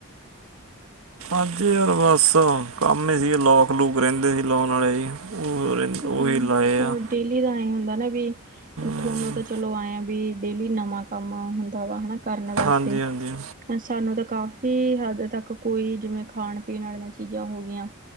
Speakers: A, on the right; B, on the right.
A: ਅੱ ਯਾਰ ਬਸ ਕੰਮ ਹੀ ਸੀਗੇ, ਲੋਕ ਲੂਕ ਰਹਿੰਦੇ ਸੀ ਲਾਉਣ ਵਾਲੇ ਜ ਉਹ ਰਿੰ
B: ਹੂੰ
A: ਉਹੀ ਲਾਏ
B: ਹੋਰ
A: ਆ।
B: ਡੇਲੀ ਦਾ ਏਅ ਹੁੰਦਾ ਨਾ ਵੀ। ਤੁਹਾਨੂੰ
A: ਹਮ,
B: ਤਾਂ ਚਲੋ ਆਏਆ ਵੀ ਡੇਲੀ ਨਵਾਂ ਕੰਮ ਹੁੰਦਾ ਵਾ ਹਨਾ ਕਰਨ ਵਾਸਤੇ।
A: ਹਾਂਜੀ ਹਾਂਜੀ
B: ਸਾਨੂੰ ਤਾਂ ਕਾਫ਼ੀ ਹੱਦ ਤੱਕ ਕੋਈ ਜਿਵੇਂ ਖਾਣ ਪੀਣ ਵਾਲੀਆਂ ਚੀਜ਼ਾਂ ਹੋ ਗਈਆਂ।